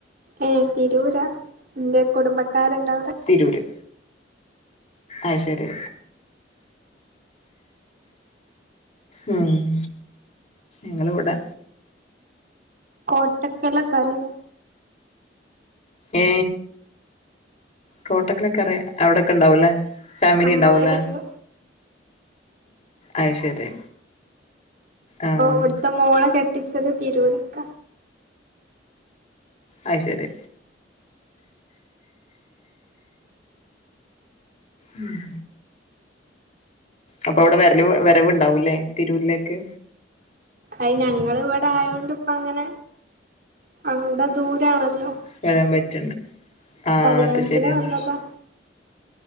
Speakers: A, on the right (about 50°); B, on the left (about 40°).
A: ഏ തിരൂരാ എന്റെ കുടുംബക്കാരണ്ടാവട
B: തിരൂര് ആ ശരി ഉം ങ്ങള്വിടെ
A: കോട്ടക്കല കറിയ
B: ഏ കോട്ടക്കിലൊക്കെറയാ അവിടെക്കെ ഇണ്ടാവൂലേ ഫാമിലി
A: അമ്മായിണ്ട്
B: ഉണ്ടാവൂല അയി ശരി ആഹ്
A: ഓ അവിടുത്തെ മോള കെട്ടിച്ചത് തിരൂരുക്ക
B: അ ശരി ഉം അപ്പൊ അവിടെ വരൽ വിരവ്ണ്ടാവൂല്ലേ തിരൂരിലേക്ക്
A: അത് ഞങ്ങ ഇവിടെ ആയോണ്ട് ഇപ്പ അങ്ങനെ ഇവിടെ ദൂരണല്ലോ
B: വരാൻ പറ്റണ്ട് ആ
A: കല്യാണത്തിന്
B: അത് ശരിയാണ്
A: വന്നതാ